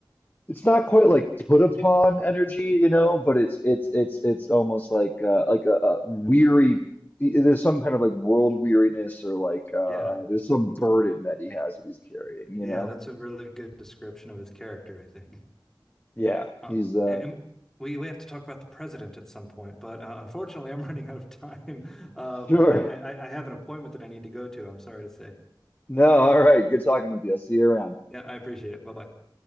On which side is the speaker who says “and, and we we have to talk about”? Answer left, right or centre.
Centre